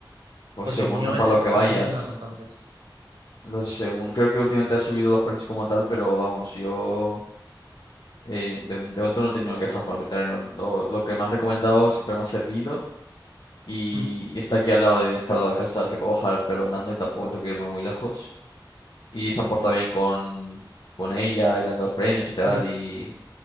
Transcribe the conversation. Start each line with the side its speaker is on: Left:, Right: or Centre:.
Left: pues
Right: porque
Left: según
Right: el mío, era,
Left: para lo que vayas,
Right: los precios eran bastantes.
Left: lo según, creo que últimamente ha subido los precios como tal, pero vamos, yo eh, de, de momento no he tenido quejas con el veterinario. Lo, lo que me han recomendado siempre me ha servido. y,
Right: Mm,
Left: está aquí al lado de, está al lado de casa, sabes que puedo bajar pero andando y tampoco tengo que ir muy, muy lejos. Y se han portado bien con, con ella y le han dado los premios y tal
Right: mm.
Left: y,